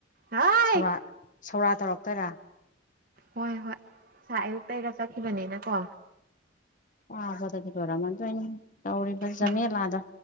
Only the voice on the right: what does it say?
ꯍꯥꯏ
ꯍꯣꯏ ꯍꯣꯏ ꯑꯌꯨꯛꯛꯇ ꯑꯩꯒ ꯆꯠꯈꯤꯕꯅꯤꯅ ꯀꯣ
ꯎꯝ